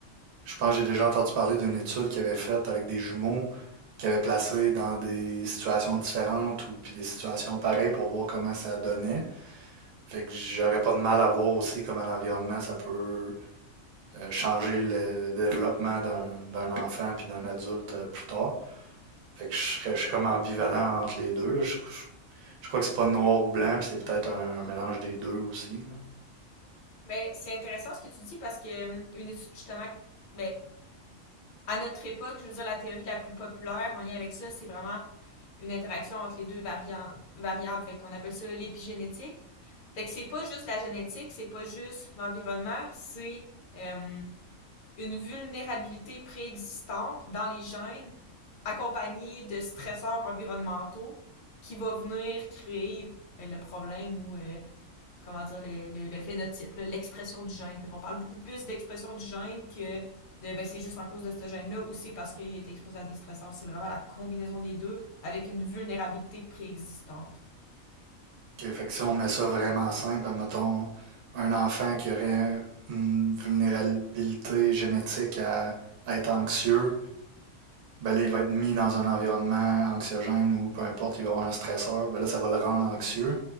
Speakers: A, on the right (about 75°); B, on the left (about 85°).
A: je pense que j'ai déjà entendu parler d'une étude qu'ils avaient faite avec des jumeaux qu'ils avaient placés dans des situations différentes ou puis des situations pareilles pour voir comment ça donnait. Fait que j'aurais pas de mal à voir aussi comment l'environnement ça peut euh, changer le, le développement d'un d'un enfant puis d'un adulte euh, plus tard. Fait que je, serais- je suis comme ambivalent entre les deux. là. Je, je- je crois que c'est pas noir ou blanc, puis c'est peut-être un, un mélange des deux aussi. là.
B: ben c'est intéressant ce que tu dis parce que euh, une étude justement, ben, à notre époque, je veux dire, la théorie la plus populaire en lien avec ça, c'est vraiment une interaction entre les deux variantes, variables. Fait qu'on appelle ça l'épigénétique. Fait que c'est pas juste la génétique, c'est pas juste l'environnement, c'est euh, une vulnérabilité préexistante dans les gènes accompagnée de stresseurs environnementaux qui va venir créer euh, le problème ou euh, comment dire, le, le, le phénotype, là, l'expression du gène. Fait qu'on parle beaucoup plus d'expression du gène que de ben, c'est juste en cause de ce gène-là ou c'est parce qu'il a été exposé à des stressors. C'est vraiment la combinaison des deux avec une vulnérabilité préexistante.
A: Ok, fait que si on met ça vraiment simple, mettons un enfant qui aurait une vulnérabilité génétique à, à être anxieux, ben là, il va être mis dans un environnement anxiogène ou peu importe, il va avoir un stresseur, ben là, ça va le rendre anxieux.